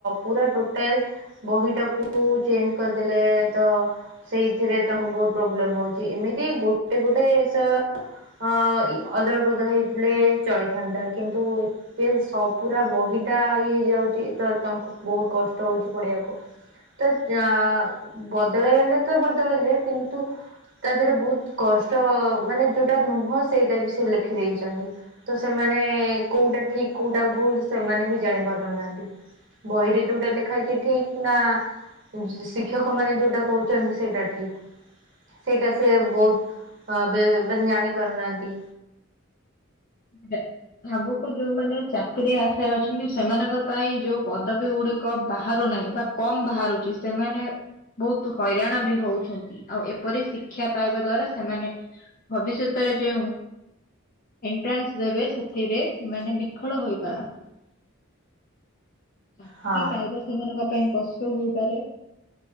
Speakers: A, on the right; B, on the left.
A: ପୁରା ଟୋଟାଲ ବହିଟାକୁ ଚେଞ୍ଜ କରିଦେଲେ ତ ସେଇଥିରେ ତାଙ୍କୁ ବୋହୁତ ପ୍ରୋବ୍ଲେମ ହୋଉଚି ଏମିତି ଗୋଟେ ଗୋଟେ ବିଷ ହଁ ଇ ଅଦଳ ବଦଳ ହେଇଥିଲେ ଚଳିଥାନ୍ତା କିନ୍ତୁ ଏ ସ ପୁରା ବହିଟା ଇଏ ହେଇଯାଉଚି ତ ତାଙ୍କୁ ବୋହୁତ କଷ୍ଟ ହୋଉଚି ପଢିବାକୁ। ତ ଆଁ ବଦଳାଇଲେ ତ ବଦଳେଇଲେ କିନ୍ତୁ ତା ଦେହରେ ବୋହୁତ କଷ୍ଟ ମାନେ ଯୋଉଟା ନୁହଁ ସେଇଟା ବି ସେ ଲେଖି ଦେଇେଚନ୍ତି। ତ ସେମାନେ କୋଉଟା ଠିକ କୋଉଟା ଭୁଲ ସେମାନେ ବି ଜାଣି ପାରୁନାହାନ୍ତି। ବହି ରେ ଯୋଉଟା ଲେଖା ହେଚି ଠିକ୍ ନା ଜି ଶିକ୍ଷକ ମାନେ ଯୋଉଟା କୋହୁଚନ୍ତି ସେଇଟା ଠିକ। ସେଇଟା ସେ ବୋହୁତ ହଁ ବେ ବେନ ଜାଣି ପାରୁନାହାନ୍ତି।
B: <inaudible> ଆଗକୁ ଯୋଉମାନେ ଚାକିରି ଆଶାରେ ଅଛନ୍ତି ସେମାନଙ୍କ ପାଇଁ ଯୋଉ ପଦବୀ ଗୁଡିକ ବାହାରୁ ନାହିଁ ବା କମ ବାହାରୁଚି ସେମାନେ ବୋହୁତୁ ହଇରାଣ ବି ହୋଉଛନ୍ତି ଆଉ ଏପରି ଶିକ୍ଷା ପାଇବା ଦ୍ଵାରା ସେମାନେ ଭବିଷ୍ୟତରେ ଯେଉଁ ଟେନ୍ସ ଦେବେ ସେଥିରେ ସେମାନେ ବିଫଳ ହୋଇପାରନ୍। ସେତିକି
A: ହଁ
B: ପାଇବା ସେମାନଙ୍କ ପାଇଁ କଷ୍ଟ ହେଇପାରେ।